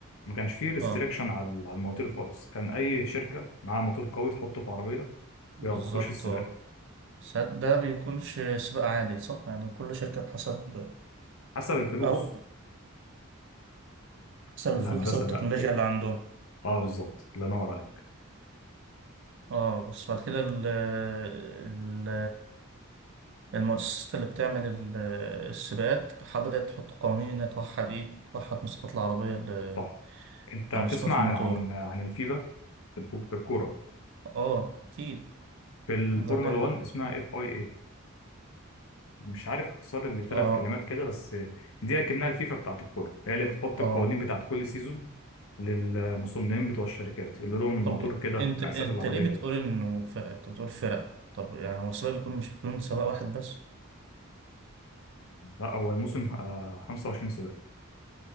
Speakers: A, on the left (about 70°); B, on the right (about 55°).
A: ما كانش فيه ريستريكشن
B: اه
A: على على المواتير خالص كان اي شركه معاها موتور قوي تحطه في عربيه
B: بالظبط
A: يلا خش السباق
B: اه ساعات ده بيكونش سباق عادل صح يعني كل شركة بحسب
A: حسب الفلوس
B: أو حسب الفلوس
A: الهندسه
B: حسب التكنولوجيا
A: بقى وكده
B: اللي عندهم
A: اه بالظبط الله ينور عليك
B: اه بس بعد كده ال ال المؤسسات اللي بتعمل ال- السباقات ح- بدأت تحط قوانين إنها توحد إيه توحد مواصفات العربية ال-
A: صح انت
B: أو
A: هتسمع
B: مواصفات
A: عن
B: الموتور
A: عن عن الفيفا في الفو- في الكوره
B: اه أكيد
A: في الفورمولا
B: ده اللي
A: 1 اسمها اف اي اي، مش عارف اختصار لثلاث
B: اه
A: كلمات كده بس دي اكنها الفيفا بتاعت الكوره هي اللي بتحط
B: اه
A: القوانين بتاعت كل سيزون للمصنعين بتوع الشركات يقول لهم الموتور
B: طب
A: كده
B: أنت
A: مقاسات
B: أنت
A: العربيه
B: ليه بتقول
A: كده
B: إنه فرق أنت بتقول فرق طب يعني هو السباق بيكون مش بيكون سباق واحد بس
A: لا هو الموسم آه، 25 سباق